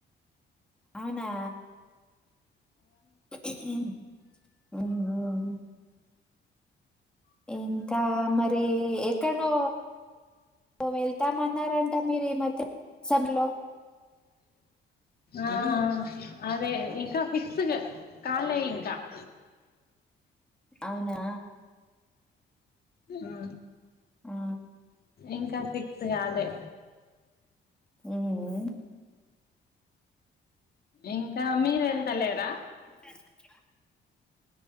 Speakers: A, in the centre; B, on the left.
A: అవునా ఉం అవునా ఇంకా మరి ఎక్కన్నో వెళ్తా మాన్ న్నారంట మీరి మధ్య సబ్లో
B: ఆ అదే ఇంకా ఫిక్స్ కాలే ఇంకా <inaudible>
A: అవునా?
B: ఆ
A: ఆ!
B: ఇంకా ఫిక్స్ కాలే
A: ఉం ఉమ్
B: ఇంకా మీరు వెళ్తలేరా
A: తీసుకొచ్చిలా